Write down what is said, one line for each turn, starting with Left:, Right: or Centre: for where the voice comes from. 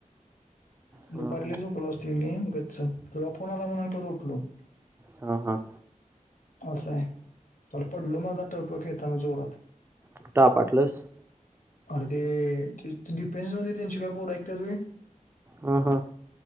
Right: हां,
Left: दुपारीला
Right: हां.
Left: लय झोपला असतील मी गच्च तुझा फोन आला म्हणून परत उठलो.
Right: हा हा.
Left: असं आहे काल पडलो मला टर्फ खेळताना जोरात.
Right: कुठं आपटलस?
Left: अरे ते ते डिफेन्स मध्ये त्यांचे काय पोरं ऐकत्यात वे.
Right: हा हा.